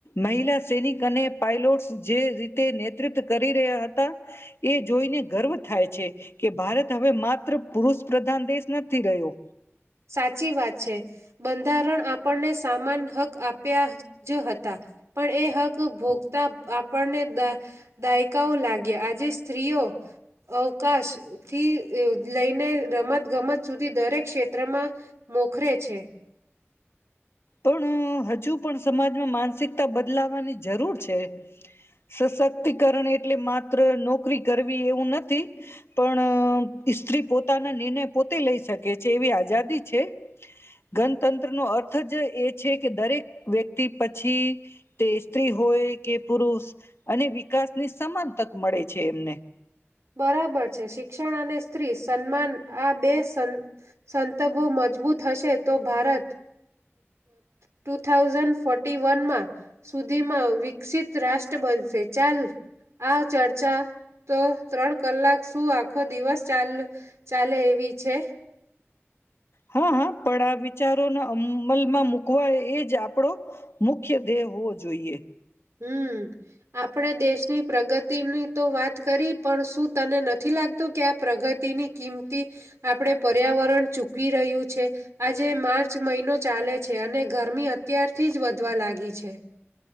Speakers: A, on the left; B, on the right.
A: મહિલા સૈનિક અને પાયલોટ જે રીતે નેતૃત્વ કરી રહ્યા હતા, એ જોઈને ગર્વ થાય છે, કે ભારત હવે માત્ર પુરુષ પ્રધાન દેશ નથી રહ્યો.
B: સાચી વાત છે, બંધારણ આપણને સામાન હક આપ્યા જ હતા, પણ એ હક ભોગતા આપણને, દાયકાઓ લાગ્યા આજે સ્ત્રીઓ અવકાશ થી લઈને રમત ગમત સુધી દરેક ક્ષેત્રે તંત્રમાં, મોખરે છે.
A: પણ હજુ પણ સમાજમાં માનસ માનસિકતા બદલાવાની જરૂર છે, સશક્તિકરણ એટલે માત્ર નોકરી કરવી એવું નથી, પણ સ્ત્રી પોતાના નિર્ણય પોતે લઈ શકે છે એવી આઝાદી છે, ગ તંત્ર નો અર્થ જ એ છે કે દરેક વ્યક્તિ પછી, તે સ્ત્રી હોય કે પુરુષ, અને વિકાસની સમાન તક મળે છે એમને.
B: બરાબર છે શિક્ષણ અને સ્ત્રી સન્માન આ બે સંંતભો મજબૂત હશે તો ભારત, ટુ થાઉઝન્ડ ફોર્ટી વનમાં, સુધીમાં વિકસિત રાષ્ટ્ર બનશે ચાલ આ ચર્ચા તો ત્રણ કલાક શું આખો દિવસ ચાલ ચાલે એવી છે.
A: હા હા પણ આ વિચારોને અમલમાં મુૂકવાય એ જ આપડો, મુખ્ય ધ્યેય હોવો જોઈએ.
B: હમ, આપણે દેશની પ્રગતિની તો વાત કરી પણ શું તને નથી લાગતું કે આ પ્રગતિની કિંમતી, આપણે પર્યાવરણ ચૂકવી રહ્યું છે. આજે માર્ચ મહિનો ચાલે છે અને ગરમી અત્યારથી જ વધવા લાગી છે.